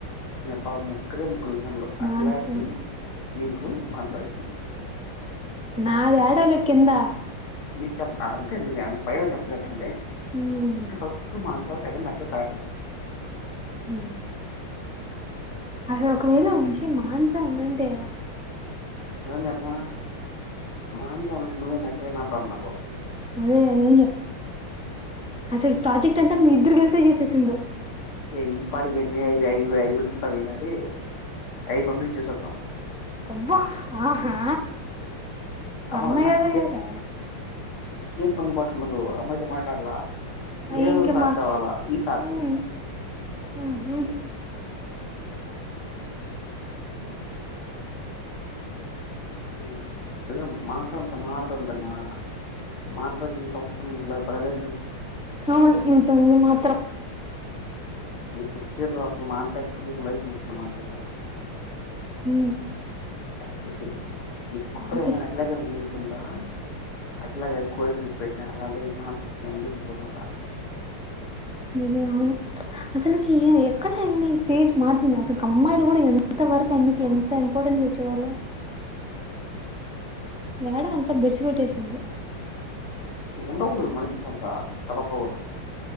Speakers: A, on the left; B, in the centre.
A: పాపం ముగ్గురే ముగ్గురు వచ్చింద్రు అట్లాసి
B: మాన్స
A: మీకు మానస కి
B: నాదాడలాలే కిింద
A: నీకు చెప్ప అంతే న పైని చెప్పలేకండి
B: ఉమ్
A: ఇస్ ఫస్ట్ మ సెకండ్ మట్ చడ
B: హ అది ఒకవేళ ఉంచి ే మానస ఉందంటే
A: నిజం చెప్పు మాంస ఉన్నంటక నాప్పడన్నాక
B: అదే నేను అసలు ప్రాజెక్ట్ అంతా మీ ఇద్దరు కలిసే చేసేసిండు
A: ఏ ఈ పాటికి ఎ ఐదు ఐదు ఐదుట్ంట వినది ఐదు అప్పుడుచ్చ సం
B: కొవ్వ ఆహా సన్న
A: అమ్మ నాకు
B: కదా కదా
A: <unintelligible> మ్ములు అమ్మాయితో మాట్లాడాలా
B: అయి
A: ఏదో
B: ఇంకా
A: సాకు
B: మా
A: కావాల ఈ సాకు
B: ఉమ్ ఉహు
A: హమ్ జం మానసఒళ్ళతో మాడ్ టనా మాన్సక్ ఈ సంవత్సరం ల్ల పడలే
B: అవును నిజం ఇది మాత్రం
A: మ్ చిట్టిల్ రాసు మా <unintelligible> మాన్సకి నేన్
B: ఊ
A: <unintelligible>
B: అసలు
A: చంటా అట్లాగె కో ఎడ్ని పె అలాంటి విమానం సీట్కి ఎనికి కుర్చోనుంట
B: ఇది అవును అసలికి ఎక్కడ ఏంది ఫేట్ మారిపోంది అసల్కి అమ్మాయిలు గుడా ఎంత వరకు ఎ మీక్ ఎంత ఇంపార్టెన్స్ ఇచ్చేవాళ్ళు ఏడ అంత బెడిసి కొట్టేసింది
A: ఉండ ఊరు మనిస్ తండ తలపొగరు